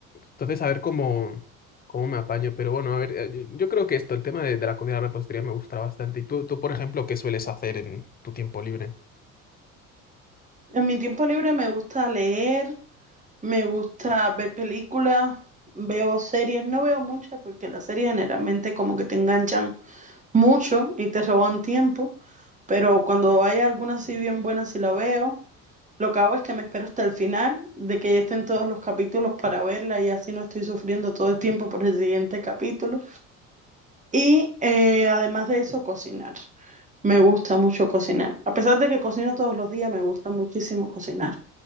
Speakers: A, on the left (about 20°); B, on the right (about 15°).
A: Entonces, a ver cómo, cómo me apaño. Pero bueno, a ver, eh, yo, yo creo que esto, el tema de, de la comida y la repostería me gusta bastante. ¿Y tú, tú, por ejemplo, qué sueles hacer en tu tiempo libre?
B: En mi tiempo libre me gusta leer, me gusta ver películas, veo series. No veo muchas porque las series generalmente como que te enganchan mucho y te roban tiempo. Pero cuando hay alguna así bien buena sí la veo. Lo que hago es que me espero hasta el final de que ya estén todos los capítulos para verla y así no estoy sufriendo todo el tiempo por el siguiente capítulo. Y eh, además de eso, cocinar. Me gusta mucho cocinar. A pesar de que cocino todos los días, me gusta muchísimo cocinar.